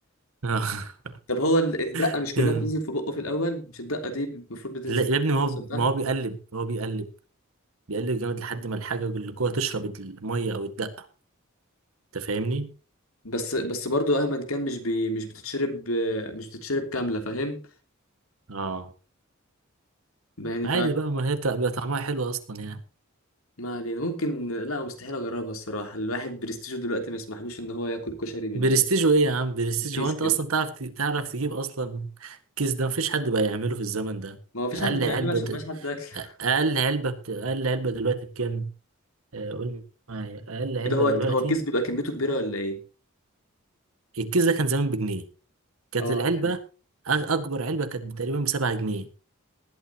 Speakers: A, on the right; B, on the left.
A: آه.
B: <laughs> طب هو ال- الدقه
A: <laughs>
B: مش كلها بتنزل في بقه في الاول مش الدقه دي المفروض بتنزل
A: لا
B: في
A: يا ابني ما هو
B: الراس بتاعها
A: ما هو بيقلب ما هو بيقلب بيقلب جامد لحد ما الحاجة اللي جوه تشرب المية أو الدقة أنت فاهمني؟
B: بس بس برضو مهما كان مش بي مش بتتشرب مش بتتشرب كامله فاهم
A: اه
B: يعني
A: عادي بقى ما هي بتبقى بيبقى طعمها حلو أصلا يعني
B: ما علينا ممكن لا مستحيل اجربها الصراحه الواحد برستيجه دلوقتي ما يسمحلوش ان هو ياكل كشري بال-
A: برستيج إيه يا عم برستيج
B: بالكيس
A: هو أنت
B: كده
A: أصلا تعرف ت- تعرف تجيب أصلا كيس ده مفيش حد بقى يعمله في الزمن ده
B: ما هو فيش
A: أقل
B: حد بيعمله
A: علبة
B: عشان
A: د-
B: مبقاش حد اكل <laughs>
A: أقل علبة بت... أقل علبة دلوقتي بكام؟ آه، قول معايا أقل علبة
B: كده هو
A: دلوقتي
B: هو الكيس بيبقى كميته كبيره ولا ايه
A: الكيس ده كان زمان بجنيه كانت
B: اه
A: العلبة أ- أكبر علبة كانت تقريبا بسبعة جنيه